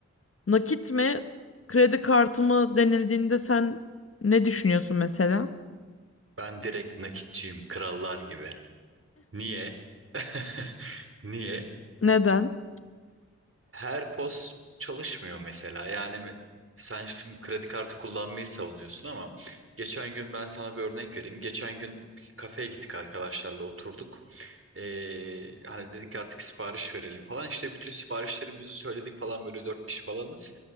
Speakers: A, on the left; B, on the right.
A: nakit mi, kredi kartı mı denildiğinde sen ne düşünüyorsun mesela?
B: Ben direkt nakitçiyim, krallar gibi. Niye? <laughs> Niye?
A: Neden?
B: Her POS çalışmıyor mesela. Yani me- sen şimdi kredi kartı kullanmayı savunuyorsun ama geçen gün ben sana bir örnek vereyim. Geçen gün bir kafeye gittik arkadaşlarla oturduk. Ee, hani dedik artık sipariş verelim falan. İşte bütün siparişlerimizi söyledik falan böyle dört kişi falanız.